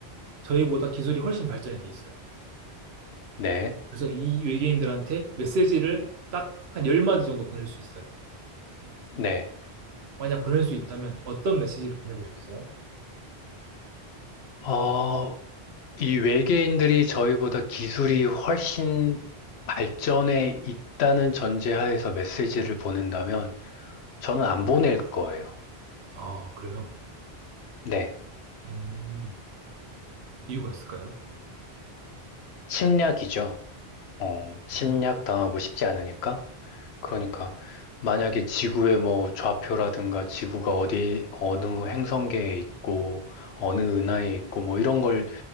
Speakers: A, on the right; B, on the left.
A: 저희보다 기술이 훨씬 발전이 돼 있어요.
B: 네,
A: 그래서 이 외계인들한테 메시지를 딱 한 10마디 정도 보낼 수 있어요.
B: 네.
A: 만약 보낼 수 있다면 어떤 메시지를 보내고 싶으세요?
B: 어, 이 외계인들이 저희보다 기술이 훨씬 발전해 있다는 전제하에서 메시지를 보낸다면 저는 안 보낼 거예요.
A: 아, 그래요?
B: 네,
A: 음, 이유가 있을까요?
B: 침략이죠. 어,
A: 음,
B: 침략 당하고 싶지 않으니까. 그러니까 만약에 지구의 뭐 좌표라든가 지구가 어디 어느 행성계에 있고 어느 은하에 있고 뭐 이런 걸